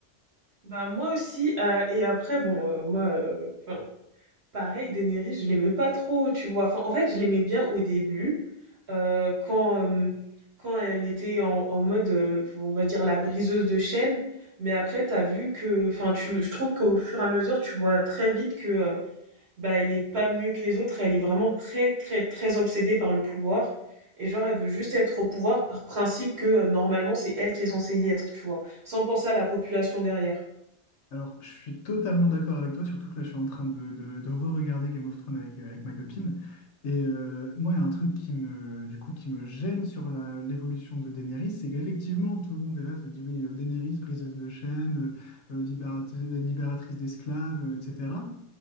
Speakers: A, on the right; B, on the left.
A: Bah moi aussi. euh, et après, bon, euh, moi, euh, 'fin, pareil, Daenerys, je l'aimais pas trop, tu vois. Enfin, en fait, je l'aimais bien au début, euh, quand euh, quand elle était en, en mode, euh, on va dire la briseuse de chaînes. Mais après, t'as vu que, enfin, tu, je trouve qu'au fur et à mesure, tu vois très vite que euh, bah elle est pas mieux que les autres, elle est vraiment très très très obsédée par le pouvoir et genre elle veut juste être au pouvoir par principe que euh, normalement c'est elle qui est censée y être, tu vois, sans penser à la population derrière.
B: Alors, je suis totalement d'accord avec toi, surtout que là, je suis en train de, de- de re-regarder Game of Thrones avec, euh, avec ma copine. Et euh, moi, il y a un truc qui me, du coup, qui me gêne sur la- l'évolution de Daenerys, c'est qu'effectivement, tout le monde est là, se dit, oui, euh, Daenerys, briseuse de chaînes, euh, euh, libérat- libératrice d'esclaves, euh, etc.